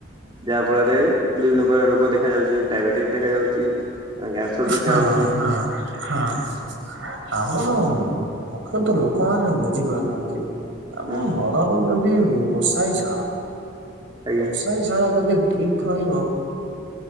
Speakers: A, on the right; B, on the right.
A: ଯାହା ଫଳରେ ବିଭିନ୍ନ ପ୍ରକାର ରୋଗ ଦେ - ଦେଖାଯାଉଛି ଡାଇବେଟିସ୍ ଦେଖାଯାଉଛି କ୍ୟାନସର ଦେଖା
B: ହଁ
A: ଦଉଛି
B: ହଁ ହଁ ଆମର ମୁଖ୍ୟତଃ ଲୋକମାନେ ବୁଝି ପାରୁନାହାନ୍ତି ଆମ
A: ହୁଁ
B: ଘରର ଯଦି ରୋଷାଇ ଶାଳ
A: ଆଜ୍ଞା
B: ରୋଷାଇ ଶାଳ ଯଦି ଠିକ୍ କହିବ